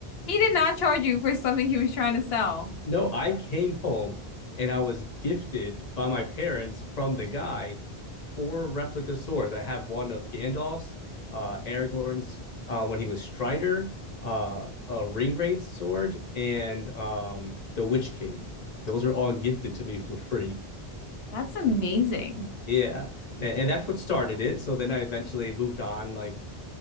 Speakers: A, on the left; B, on the left.
A: He did not charge you for something he was trying to sell.
B: No, I came home and I was gifted by my parents from the guy four replica swords. I have one of Gandalf's, uh, Aragorn's uh, when he was Strider, uh, a Ringwraith sword, and um, the Witch King. Those are all gifted to me for free.
A: That's amazing.
B: Yeah, and, and that's what started it. So then I eventually moved on. Like